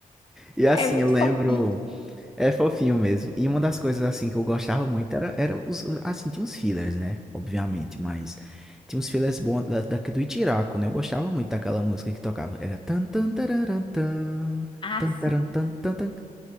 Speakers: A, in the centre; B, on the left (about 35°).
A: E assim,
B: É muito
A: eu lembro
B: fofinho.
A: É fofinho mesmo. E uma das coisas assim que eu gostava muito era, era os, os- assim, tinha uns fillers, né? Obviamente, mas tinha uns fillers bons da, da- do Itiraco, né? Eu gostava muito daquela música que tocava. Era tan tan tararan, tan,
B: Ah,
A: tan taran,
B: sim.
A: tan tan tan.